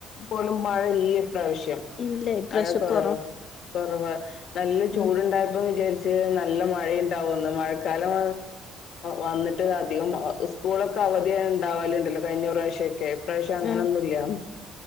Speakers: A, on the left (about 70°); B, on the left (about 50°).
A: പോലും മഴ ഇല്ല ഇപ്രാവശ്യം
B: ഇല്ല ഇപ്രാവശ്യം
A: മഴ കൊറവാ
B: കൊറവ്
A: കൊറവാ നല്ല ചൂടുണ്ടായപ്പോ
B: ഉം
A: വിചാരിച്ച ച്ച് നല്ല മഴയുണ്ടാവുന്നു മഴക്കാലം വന്നിട്ട് അധികം സ്കൂളൊക്കെ അവധിയ ഉണ്ടാവലുണ്ടല്ലോ കഴിഞ്ഞ പ്രാവശ്യൊക്കെ ഈ പ്രാവശ്യം അങ്ങനെന്നുമല്ല
B: ആഹ്
A: <inaudible>